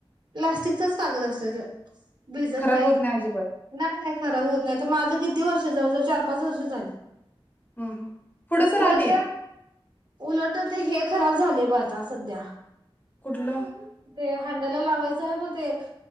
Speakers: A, on the right; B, on the left.
A: प्लास्टिकचाच कागद असतोय तो. भिजत
B: खराब
A: नाही.
B: होत अजिबात
A: नाय नाय खराब होत नाय. आता माझं किती वर्ष जवळजवळ चार पाच वर्ष झाली.
B: ह हम्म. पुढं सर आधी.
A: उलट ते उलट ते हे खराब झालेय बा आता सध्या.
B: कुठलं?
A: ते हँडला लावायचंय बघ ते एक.